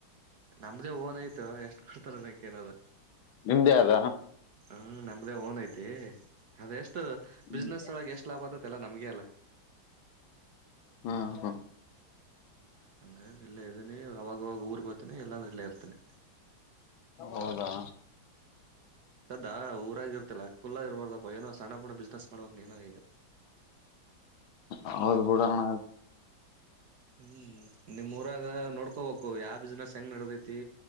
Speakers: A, on the right; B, on the left.
A: ನಮ್ದೇ ಓನ್ ಆಯ್ತು ಎಷ್ಟ್ ಕೊಡ್ತಾರ ಎನದ ಏನೋದ
B: ನಿಮ್ದೇ ಅದ
A: ಹ್ಮ್ ನಮ್ಮ್ದ ಓನ ಐತಿ ಅೇ ಅದೆಷ್ಟು
B: ಹ್ಮ
A: ಬಿಸ್ನೆಸ್ ಒಳಗೆ ಎಷ್ಟು ಲಾಭ ಆತದ ಎಲ್ಲ ನಮಗೆ ಅಲ್ಲ
B: ಹಾ ಹಾ
A: ಹಂಗಾಗಿ ಇಲ್ಲೇ ಇದ್ದೀನಿ ಅವವಾಗವಾಗ ಊರಿಗೆಗೋತೀನಿ ಇಲ್ಲಾಂದ್ರ ಇಲ್ಲೇ ಇರ್ತೀನಿ
B: ಹೌದಾ
A: ಅಾ ಊರಾಗಿರ್ತಿಲ್ಲ ಕುಲ್ಲಾ ಇರ್ಬಾರ್ದಪ್ಪ ಏನೋ ಸಣ್ಣ ಪುಣ ಬಿಸ್ನೆಸ್ ಮಾಡ್ಬೇಕಕ್ ನೀನೋ ಈಗ.
B: ಹೌದು ಬಿಡೋಣ.
A: ಹ್ಮ್ ನಿಮ್ಮಊರಾಗ ನೋಡ್ಕೋಬೇಕು ಯಾರ್. ಬಿಸ್ನೆಸ್ ಹೆಂಗ್ ನಡದೈತಿ